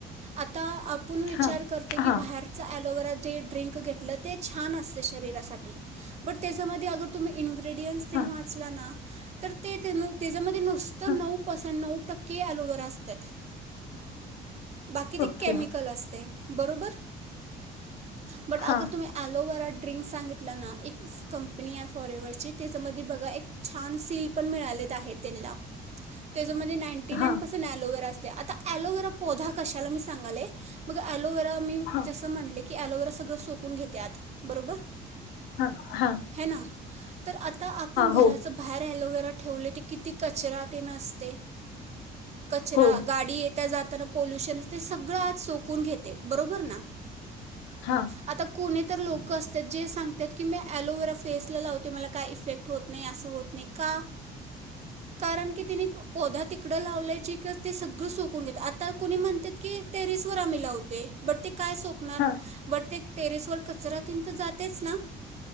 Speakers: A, on the right; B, on the left.
A: आता. आपण विचार
B: हां,
A: करते की
B: हां,
A: बाहेरचा ॲलोवेरा ते ड्रिंक घेतलं ते छान असतयं शरीरासाठी बट त्याच्यामध्ये तुम्ही इंग्री इंग्रीएंडेंट्स तेन
B: हां,
A: वाचलं ना तर ते तेन त्याच्यामधी ते नुसतं
B: हां,
A: नऊ परसंट नऊ. टक्के अलॉव्हेरा असत्यात. बाकी ते
B: ओके.
A: कॅमिकल असतयं. बरोबर. बट
B: हां,
A: अगर तुम्ही एलोवेरा. ड्रिंक सांगितलं ना एक कंपनी आहे फॉरेवरची त्याच्यामधी बगा एक छान सील पण मिळाले आहेत त्यांला त्याचामधे नाईनटीन नाईन
B: हां,
A: पर्सेंट अलॉव्हेरा अस त्या आता अलॉव्हेरा पोधा कशाला मी सांगाले मग अलॉव्हेरा मी
B: हां,
A: जसं म्हणले की लोवेरा सगळं सोक कून घेत्यात बरोबर.
B: हा हा.
A: है ना तर आता आपूण घराचं
B: हो
A: बाहेर अलॉव्हेरा. ठेवले ते किती कचरा तेन असते. कचरा
B: हो
A: गाडी येता जाताना पोल्युशन ते सगळ आत सोकून घेते, बरोबर ना.
B: हा
A: आता कोणी तर लोक असतात, जे सांगत्यात की, मी ॲलोवेरा फेसला लाव ते मला काय इफेक्ट होत नाही, अस होत नाही. का? कारण की, तिनी पोधा तिकड लावलाय जे सगळ सोकुन घेतय. आता कूणी म्हणत्यात की, टेरेस वर आम्ही लावतोय बट ते काय सोकणार?
B: हा
A: बट तिक टेरेसवर कचरा तेन तर, जातेच ना?